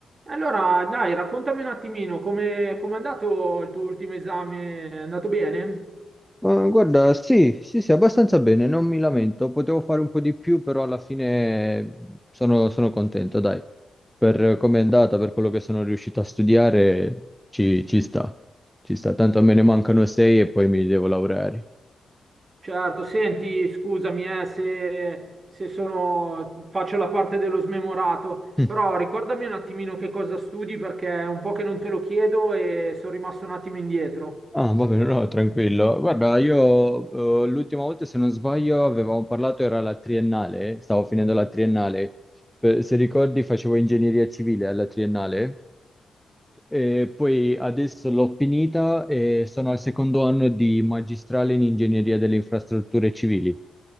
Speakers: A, on the right; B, in the centre.
A: Allora, dai, raccontami un attimino come come è andato il tuo ultimo esame? È andato bene?
B: Ma guarda, sì, sì, sì, abbastanza bene, non mi lamento. Potevo fare un po' di più, però alla fine sono, sono contento, dai. Per come è andata, per quello che sono riuscito a studiare, ci, ci sta. Ci sta, tanto me ne mancano sei e poi mi devo laureare.
A: Certo, senti, scusami eh, se, se sono, faccio la parte dello smemorato,
B: <laughs>
A: però ricordami un attimino che cosa studi perché è un po' che non te lo chiedo e sono rimasto un attimo indietro.
B: Mm. Ah, va bene, no, tranquillo. Guarda, io eh, l'ultima volta, se non sbaglio, avevamo parlato, era la triennale, stavo finendo la triennale. Per- se ricordi, facevo ingegneria civile alla triennale E poi adesso l'ho finita e sono al secondo anno di magistrale in ingegneria delle infrastrutture civili.